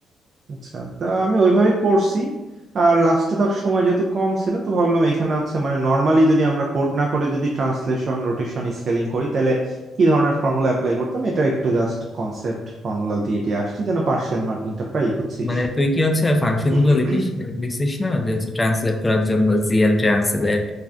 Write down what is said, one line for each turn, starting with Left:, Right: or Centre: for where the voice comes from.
Right: আচ্ছা তা আমি ওইভাবেই করছি আর লাস্টে ধর সময় যেহেতু কম ছিল তো ভাবলাম এখানে হচ্ছে মানে নর্মালি যদি আমরা কোড না করে যদি ট্রান্সলেশন রোটেশন স্কেলিং করি তাহলে কি ধরনের ফর্মুলা অ্যাপ্লাই করতাম এটা একটু জাস্ট কনসেপ্ট ফর্মুলা দিয়ে দিয়ে আসছি যেন পার্শিয়াল মার্কিংটা পাই বুঝছিস
Left: মানে তুই কি হচ্ছে ফাংশন
Right: <clears throat>
Left: গুলো লিখিস লিখছিস না যে হচ্ছে ট্রান্সলেট করার জন্য জিএল ট্রান্সলেট